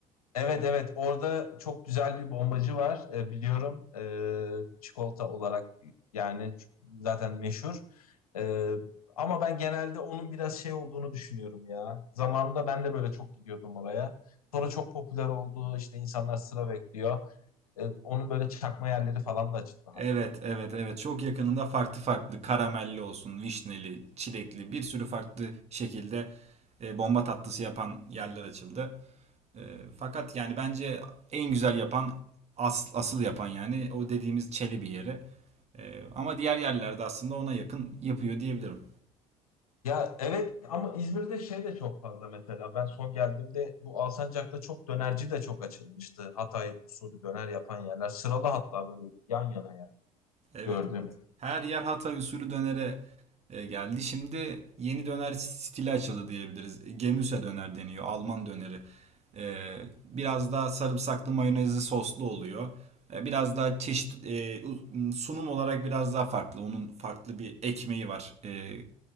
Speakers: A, on the left; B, on the right.
A: Evet evet orada çok güzel bir bombacı var e, biliyorum e, çikolata olarak yani ç- zaten meşhur E, ama ben genelde onun biraz şey olduğunu düşünüyorum ya zamanında ben de böyle çok gidiyordum oraya sonra çok popüler oldu işte insanlar sıra bekliyor E, onun böyle çakma yerleri falan da açıldı
B: Evet,
A: hatta.
B: evet, evet. Çok yakınında farklı farklı karamelli olsun, vişneli, çilekli bir sürü farklı şekilde e, bomba tatlısı yapan yerler açıldı. E, fakat yani bence en güzel yapan as- asıl yapan yani o dediğimiz Çelebi yeri. Ee, ama diğer yerlerde aslında ona yakın yapıyor diyebilirim.
A: Ya evet ama İzmir'de şey de çok fazla mesela ben son geldiğimde bu Alsancak'ta çok dönerci de çok açılmıştı Hatay usulü döner yapan yerler sıralı hatta böyle yan yana yani.
B: Evet,
A: Gördüm.
B: evet. Her yer Hatay usulü dönere e, geldi. Şimdi yeni döner stili açıldı diyebiliriz. Gemüse döner deniyor, Alman döneri. Ee, biraz daha sarımsaklı mayonezli soslu oluyor. Ee, biraz daha çeşit e, sunum olarak biraz daha farklı. Onun farklı bir ekmeği var. Ee,